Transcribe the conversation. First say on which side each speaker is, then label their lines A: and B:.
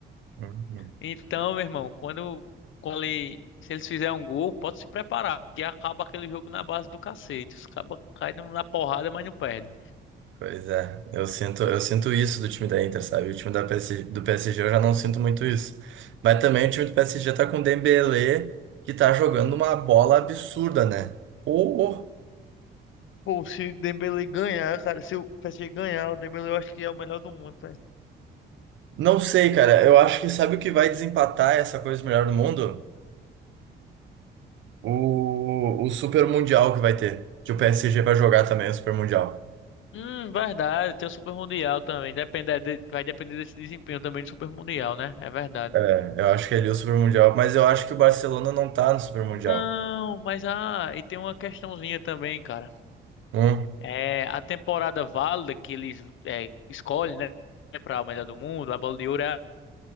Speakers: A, on the right; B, on the left.
A: Uhum.
B: Então, meu irmão, quando, quando ele- se eles fizerem um gol, pode se preparar, que acaba aquele jogo na base do cacete. Os cabas caem na porrada, mas não perdem.
A: Pois é, eu sinto, eu sinto isso do time da Inter, sabe? O time da PSG, do PSG eu já não sinto muito isso. Mas também o time do PSG tá com o Dembélé, que tá jogando uma bola absurda, né? Ou,
B: Pô, se o Dembele ganhar, cara, se o PSG ganhar, o Dembele eu acho que é o melhor do mundo.
A: não sei, cara. Eu acho que sabe o que vai desempatar essa coisa do melhor do mundo? O, o Super Mundial que vai ter. Que o PSG vai jogar também o Super Mundial.
B: Hum, verdade, tem o Super Mundial também. Depender de- vai depender desse desempenho também do Super Mundial, né? É verdade.
A: É, eu acho que é ali o Super Mundial, mas eu acho que o Barcelona não tá no Super Mundial.
B: Não, mas ah, e tem uma questãozinha também, cara.
A: Hum?
B: É, a temporada válida que eles é, escolhem, né, para o melhor do mundo, a Bola de Ouro é a-